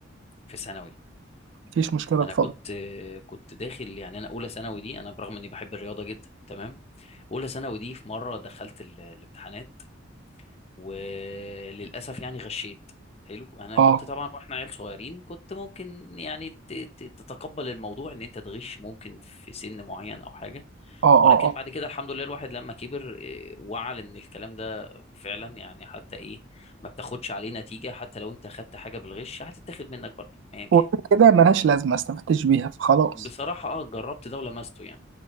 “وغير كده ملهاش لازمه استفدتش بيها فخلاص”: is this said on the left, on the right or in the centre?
Right